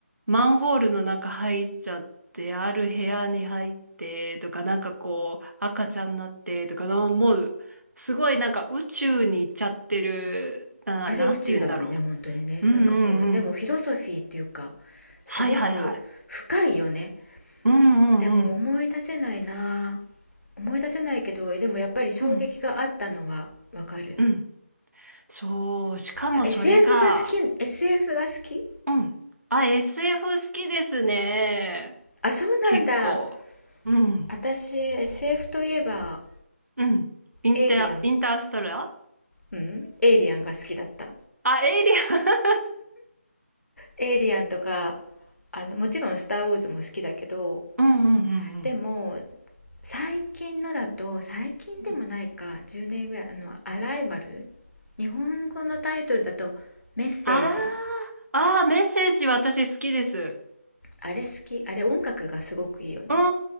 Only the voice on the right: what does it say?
マンホールの中入っちゃって、ある部屋に入ってとか、なんかこう、赤ちゃんになってとかの、もう、すごいなんか宇宙に行っちゃってる、な、
なんて言うんだろ
う。うんうんうん。
はいはいはい。うんうんうん。
うんうん。そう、しかもそれが、
うん。あ、SF 好きですね。
結構。うん。
うん。インター、
インターストラ
あ、エイリアン。
うんうんうん
うん。ああ、あーメッセージ私好きです。
うん